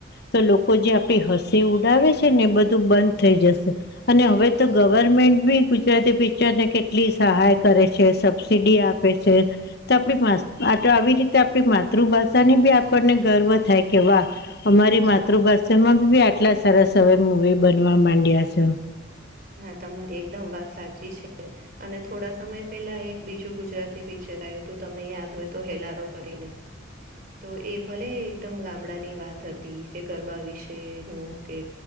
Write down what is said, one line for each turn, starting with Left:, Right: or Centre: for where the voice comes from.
Left: તો લોકો જે આપડી હસી ઉડાવે છે ને એ બધું બંધ થઈ જશે અને હવે તો ગવર્મેન્ટ બી ગુજરાતી પિક્ચર ને કેટલી સહાય કરે છે સબસિડી આપે પ છે ત આપડી માસ્ત આ તો આવી રીતે આપણી માતૃભાષાની બી આપણને ગર્વ થાય કે વાહ અમારી માતૃભાષામાં બી આટલા સરસ હવે મુવી બનવા માંડ્યા છે.
Right: હા તમારી એકદમ વાત સાચી છે અને થોડા સમય પેલા એક બીજું ગુજરાતી પિક્ચર આવું તું તમને યાદ હોય તો હેલારો કરીને. તો એ ભલે એકદમ ગામડાની વાત હતી કે ગરબા વિશેનું કે